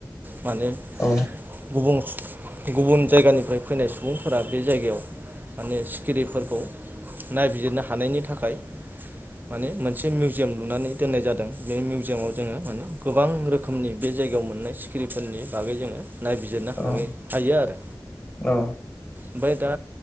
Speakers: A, on the right; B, on the left.
A: माने
B: औ
A: गुबुन गुबुन जायगानिफ्राय फैनाय सुबुंफोरा बे जायगायाव माने सिखिरिफोरखौ नायबिजिरनो हानायनि थाखाय माने मोनसे मिउ जोम लुनानै दोननाय जादों। बे मिउजियामाव जोङो माने गोबां रो खोमनि बे जायगायाव मोननाय सिखिरिफोरनि बागै जोङो नायबिजिरनो हा-
B: औ
A: हायो आरो
B: औ
A: ओमफ्राय दा